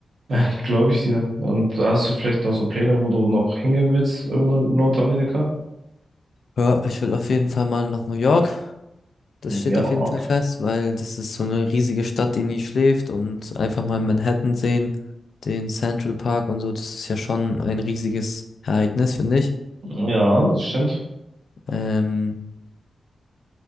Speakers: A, on the right; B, on the left.
A: Ja, glaube ich dir. Und hast du vielleicht noch so Pläne, wo du noch hingehen willst, irgendwo in Nordamerika?
B: Ja, ich will auf jeden Fall mal nach New York. Das steht
A: Ja,
B: auf
A: okay.
B: jeden Fall fest, weil das ist so eine riesige Stadt, die nie schläft und einfach mal Manhattan sehen, den Central Park und so, das ist ja schon ein riesiges Ereignis, finde ich.
A: Ja, das stimmt.
B: Ähm,